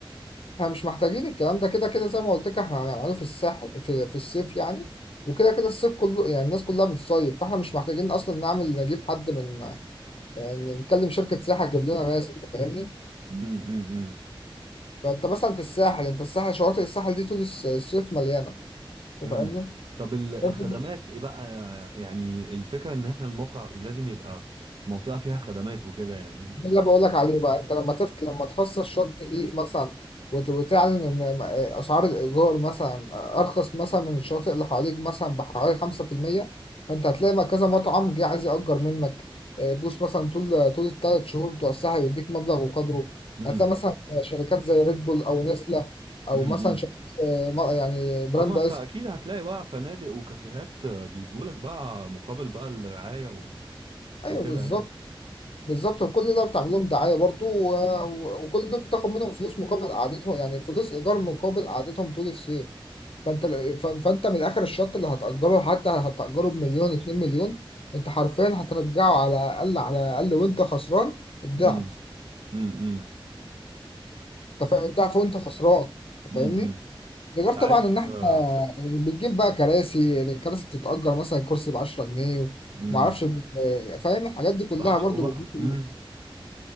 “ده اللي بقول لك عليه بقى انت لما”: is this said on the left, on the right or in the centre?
Left